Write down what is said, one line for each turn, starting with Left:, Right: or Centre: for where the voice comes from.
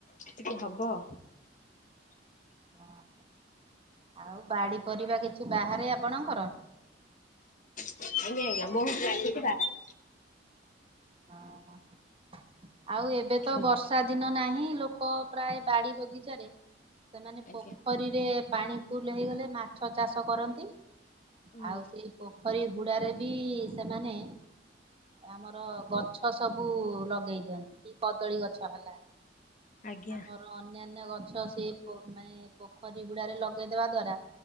Left: ଟିକେ ହବ।
Right: ଓ ହୋ, ଆଉ ବାଡ଼ି ପରିବା କିଛି ବାହାରେ ଆପଣଙ୍କର?
Left: ଆଜ୍ଞା, ଆଜ୍ଞା ବହୁତ ଲାଗିଛି ବାହାରେ।
Right: ଓ, ହଁ, ହଁ ଆଉ ଏବେ ତ
Left: କୁହନି
Right: ବର୍ଷା ଦିନ ନାହିଁ ଲୋକ ପ୍ରାୟ ବାଡି ବଗିଚାରେ ସେମାନେ
Left: ଆଜ୍ଞା।
Right: ପୋଖରୀ ପିରେ ପାଣି ଫୁଲ ହେଇଗଲେ ମାଛ ଚାଷ କରନ୍ତି,
Left: ଆଜ୍ଞା
Right: ଆଉ ସେଇ ପୋ ଖରୀ ହୁଡାରେ ବି ସେମାନେ ଆମର ଗଛ ସବୁ ଲଗେଇ ଦିଅନ୍ତି କି କଦଳୀ ଗଛ ହେଲା
Left: ଆଜ୍ଞା
Right: ଆମର ର ଅନ୍ୟାନ୍ୟ ଗଛ ସେ ପ-ମାନେ ପୋଖରୀ ହୁଡ଼ା ରେ ଲଗେଇଦବା ଦ୍ଵାରା